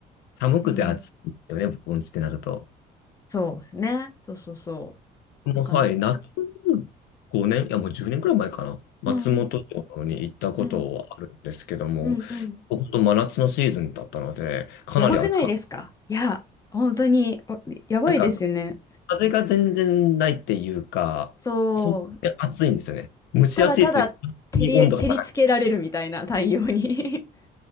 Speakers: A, on the left; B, on the left.
A: 寒くて暑いよね、
B: ていう。
A: 盆地ってなると。
B: そうですね。そうそうそ
A: もうはい、
B: う。なんか、
A: 夏5年、いやもう10年くらい前かな。松本城に行ったことはあるんですけども、
B: うん、うん、うん、うん。
A: 本当真夏のシーズンだったので、かなり暑かっ
B: やばくないですかいや、本当に、あやばいですよね。
A: た。なんか、風が全然ないっていうか、
B: そう、
A: 本当に暑いんですよね。蒸し暑いっていうか、
B: ただただ照り、
A: 本当に温度が高く
B: 照りつけられるみたいな太陽に <laughs>